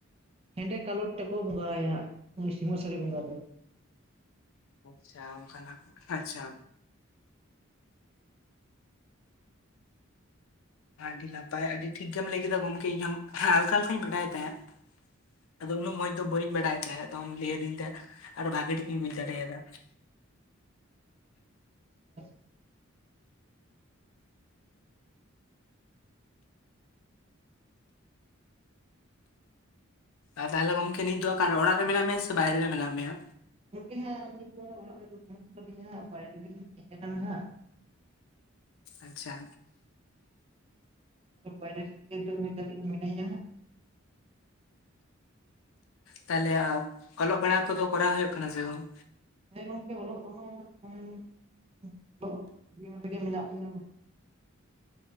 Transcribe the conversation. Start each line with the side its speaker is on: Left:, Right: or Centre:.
Right: ᱦᱮᱸᱰᱮ ᱠᱟᱞᱚᱴ ᱛᱮᱠᱚ ᱵᱚᱸᱜᱟ ᱟᱭᱟ ᱦᱟᱸᱜ᱾ ᱩᱱᱤ ᱥᱤᱢᱟᱹ ᱥᱟᱬᱮ ᱵᱚᱸᱜᱟ ᱫᱚ᱾
Left: ᱟᱪᱪᱷᱟ, ᱚᱱᱠᱟᱱᱟᱜ ᱟᱪᱪᱷᱟ᱾ ᱟᱹᱰᱤ ᱱᱟᱯᱟᱭ ᱟᱹᱰᱤ ᱴᱷᱤᱠ ᱜᱮᱢ ᱞᱟᱹᱭ ᱠᱮᱫᱟ ᱜᱚᱝᱠᱮ, ᱤᱧ ᱦᱚᱸ ᱦᱟᱞᱠᱟ ᱦᱟᱞᱠᱟᱧ ᱵᱟᱰᱟᱭ ᱛᱟᱸᱦᱮᱫ᱾ ᱟᱫᱚ ᱩᱱᱟᱹᱜ ᱢᱚᱸᱡᱽ ᱫᱚ ᱵᱟᱹᱧ ᱵᱟᱲᱟᱭ ᱛᱟᱦᱮᱸᱫ ᱟᱫᱚᱢ ᱞᱟᱹᱭ ᱟᱹᱫᱤᱧ ᱛᱮ, ᱟᱨ ᱵᱷᱟᱜᱮ ᱴᱷᱤᱠᱤᱧ ᱵᱩᱡᱽ ᱫᱟᱲᱮᱭᱟᱫᱟ᱾
Right: <inaudible>
Left: ᱟᱨ ᱛᱟᱦᱚᱞᱮ ᱜᱚᱢᱠᱮ ᱱᱤᱛ ᱫᱚ ᱚᱠᱟᱨᱮ ᱚᱲᱟᱜ ᱨᱮ ᱢᱮᱱᱟᱜ ᱢᱮᱭᱟ ᱥᱮ ᱵᱟᱭᱨᱮ ᱨᱮ ᱢᱮᱱᱟᱜ ᱢᱮᱭᱟ?
Right: ᱜᱚᱢᱠᱮ ᱦᱟᱸᱜ ᱱᱤᱛ ᱫᱚ ᱚᱲᱟᱜ ᱨᱮᱫᱚ <unintelligible> ᱵᱟᱱᱩᱜ ᱟᱠᱟᱫᱤᱧᱟ ᱦᱟᱸᱜ, ᱵᱟᱭᱨᱮ ᱨᱤᱧ ᱦᱮᱡ ᱟᱠᱟᱱᱟ ᱦᱟᱸᱜ᱾
Left: ᱟᱪᱪᱷᱟ᱾
Right: ᱵᱟᱭᱨᱮ ᱥᱮᱫ ᱨᱮᱜᱮ <unintelligible> ᱱᱤᱛ ᱫᱷᱟᱹᱵᱤᱡ ᱢᱤᱱᱟᱹᱧᱟ ᱦᱟᱸᱜ᱾
Left: ᱛᱟᱦᱟᱞᱮ, ᱚᱞᱚᱜ ᱵᱟᱲᱟ ᱠᱚᱫᱚ ᱠᱚᱨᱟᱣ ᱦᱩᱭᱩᱜ ᱠᱟᱱᱟ ᱥᱮ ᱵᱟᱝ?
Right: ᱦᱮᱸ ᱜᱚᱢᱠᱮ ᱚᱞᱚᱜ ᱫᱚ ᱦᱟᱸᱜ <inaudible> <inaudible> ᱢᱮᱱᱟᱜ ᱞᱤᱧᱟ